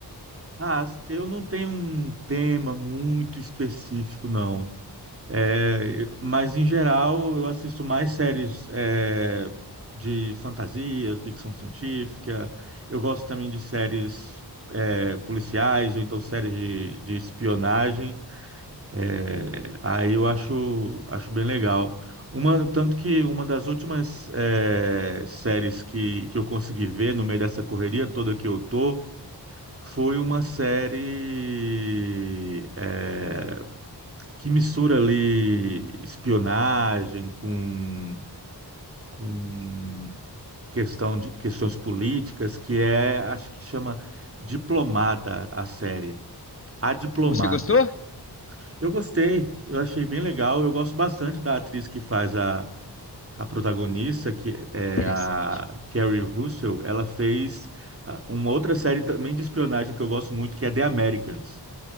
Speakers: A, on the right; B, on the left.
A: Ah, eu não tenho um tema muito específico, não. É, mas, em geral, eu assisto mais séries é, de fantasia, ficção científica. Eu gosto também de séries é, policiais ou então séries de, de espionagem. É, aí eu acho, acho bem legal. Uma, tanto que uma das últimas é, séries que, que eu consegui ver no meio dessa correria toda que eu tô foi uma série. é, que mistura ali espionagem com, com questão de questões políticas, que é, acho que chama Diplomata a série. A Diplomata.
B: Você gostou?
A: Eu gostei, eu achei bem legal, eu gosto bastante da atriz que faz a, a protagonista, que é
B: Interessante.
A: a Kerry Russell, ela fez ah, uma outra série também de espionagem que eu gosto muito, que é The Americans.